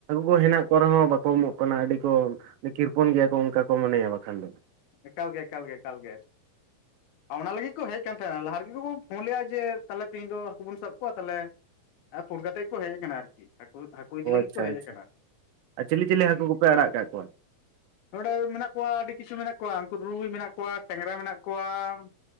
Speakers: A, on the right; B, on the left.
A: ᱠᱚ ᱦᱮᱱᱟᱜ ᱠᱚ ᱨᱮᱦᱚᱸ ᱵᱟᱠᱚ ᱮᱢᱚᱜ ᱠᱟᱱᱟ ᱟᱹᱰᱤ ᱠᱚ, ᱠᱤᱨᱯᱚᱱ ᱜᱮᱭᱟ ᱠᱚ ᱚᱱᱠᱟ ᱠᱚ ᱢᱚᱱᱮᱭᱟ ᱵᱟᱠᱷᱟᱱ ᱫᱚ ᱾
B: ᱮᱠᱟᱞ ᱜᱮ, ᱮᱠᱟᱞ ᱜᱮ, ᱮᱠᱟᱞ ᱜᱮ,
A: <inaudible>
B: ᱚᱱᱟ ᱞᱟᱹᱜᱤᱫ ᱠᱚ ᱦᱮᱡ ᱠᱟᱱ ᱛᱟᱦᱮᱸᱱ, ᱞᱟᱦᱟ ᱨᱮᱜᱮ ᱠᱚ ᱯᱷᱳᱱ ᱞᱮᱼᱟ ᱡᱮ ᱛᱮᱦᱮᱱ ᱫᱚ ᱦᱟᱹᱠᱩ ᱵᱚᱱ ᱥᱟᱵ ᱠᱚᱣᱟ ᱛᱟᱦᱚᱞᱮ ᱾ ᱟᱨ ᱯᱷᱳᱱ ᱠᱟᱛᱮ ᱜᱮ ᱠᱚ ᱦᱮᱡ ᱟᱠᱟᱱᱟ ᱟᱨᱠᱤ ᱾ ᱦᱟᱹᱠᱩ ᱦᱟᱹᱠᱩ ᱤᱫᱤ
A: ᱚ
B: ᱞᱟᱹᱜᱤᱫ
A: ᱟᱪᱪᱷᱟ
B: ᱠᱚ ᱦᱮᱡ
A: ᱟᱪᱪᱷᱟ
B: ᱟᱠᱟᱱᱟ ᱾
A: ᱟᱨ ᱪᱤᱞᱤ ᱪᱤᱞᱤ ᱦᱟᱹᱠᱩ ᱠᱚᱯᱮ ᱟᱲᱟᱜ ᱠᱟᱜ ᱠᱚᱣᱟ
B: ᱱᱚᱰᱮ ᱢᱮᱱᱟᱜ ᱠᱚᱣᱟ ᱟᱹᱰᱤ ᱠᱤᱪᱷᱩ ᱢᱮᱱᱮᱜ ᱩᱱᱠᱩ ᱨᱩᱭ ᱢᱮᱱᱟᱜ ᱠᱚᱣᱟ, ᱴᱮᱝᱨᱟ ᱢᱮᱱᱟᱜ ᱠᱚᱣᱟ ᱾